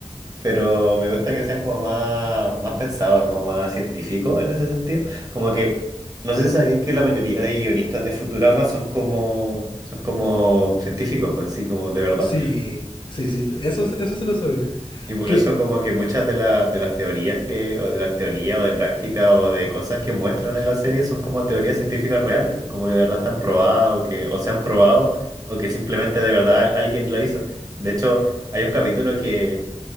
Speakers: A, on the right; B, on the left.
A: pero me gusta que sean como más, más pensados, como más científicos en ese sentido. Como que, no sé si sabían que la mayoría de guionistas de Futurama son como, son como científicos, pues en sí, como de verdad.
B: Sí, sí, sí, eso, eso se lo sabía.
A: Y por
B: Que,
A: eso como que muchas de, la- de las teorías que, o de las teorías o de prácticas o de cosas que muestran en la serie son como teorías científicas reales, pues como que de verdad están probadas o que o se han probado o que simplemente de verdad alguien la hizo. De hecho, hay un capítulo que,